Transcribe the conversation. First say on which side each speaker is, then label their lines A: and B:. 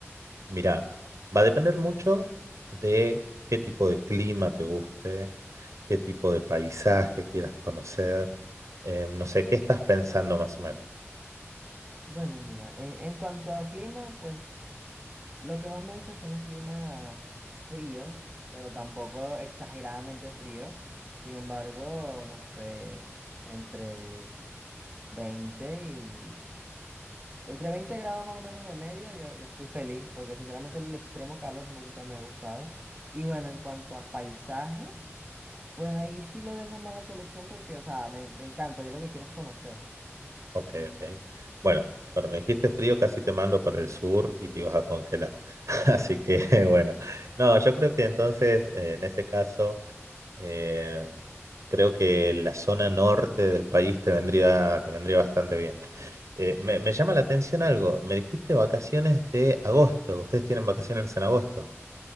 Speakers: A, on the right (about 85°); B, on the right (about 25°).
A: mira, va a depender mucho de qué tipo de clima te guste, qué tipo de paisaje quieras conocer. Eh, no sé, ¿qué estás pensando más o menos?
B: Bueno, mira, en, en cuanto a clima, pues lo que más me gusta son los climas fríos, pero tampoco exageradamente fríos. Sin embargo, no sé, entre 20 y... Entre veinte grados más o menos de media, yo, yo estoy feliz, porque sinceramente el extremo calor nunca me ha gustado. Y bueno, en cuanto a paisaje... Pues ahí sí lo dejo más a tu elección porque, o sea, me, me encanta, yo lo que quiero es conocer.
A: Ok, ok. Bueno, cuando me dijiste frío, casi te mando para el sur y te ibas a congelar. <laughs> Así que, bueno,
B: <laughs>
A: no, yo creo que entonces, eh, en ese caso, eh, creo que la zona norte del país te vendría, te vendría bastante bien. Eh, me, me llama la atención algo. Me dijiste vacaciones de agosto. Ustedes tienen vacaciones en agosto.